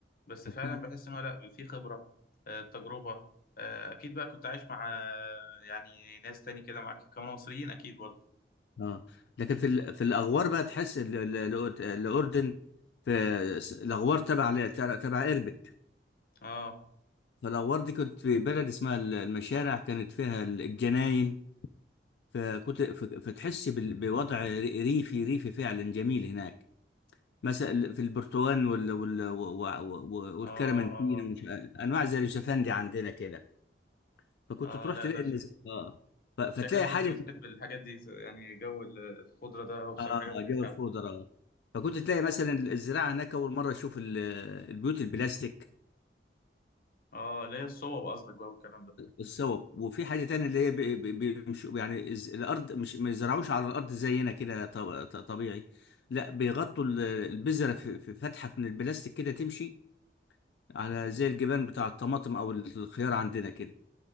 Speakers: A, on the left; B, on the left.
A: بس
B: أكيد
A: فعلا بحس إن هو لأ في خبرة آه، تجربة آه، أكيد بقى كنت عايش مع آه، يعني ناس تاني كده معاك كانوا مصريين أكيد برضه
B: اه لكن في ال... في الأغوار بقى تحس ال- ال- الأردن في الأغوار تبع ل- تبع اربد
A: آه
B: فالأغوار دي كنت في بلد اسمها ال- المشارع كانت فيها ال- الجناين فكنت ف- فتحس بال- بوضع ري- ريفي ريفي فعلا جميل هناك مثلا في البرتقال وال وال و- و- والكرمنتين
A: آه آه
B: ومش ع- انواع زي اليوسفندي عندنا كده فكنت
A: آه
B: تروح
A: لأ
B: تلاقي
A: ده
B: النز...
A: شك-
B: اه ف- فتلاقي
A: شكلك كنت
B: حاجه
A: بتحب الحاجات دي يعني جو ال- الخضرة ده هو بصراحة
B: اه
A: جو بيتحب
B: جو الخضره فكنت تلاقي مثلا الزراعه هناك اول مره اشوف ال- البيوت البلاستيك
A: آه اللي هي الصوب قصدك بقى والكلام ده
B: الصوب وفي حاجة تانية اللي هي بي- بي- بيمشوا يعني الز- الأرض مش ما يزرعوش على الأرض زينا كده ط- ط- طبيعي لا بيغطوا ال- البذرة في في فتحة من البلاستيك كده تمشي على زي الجبان بتاع الطماطم أو الخيار عندنا كده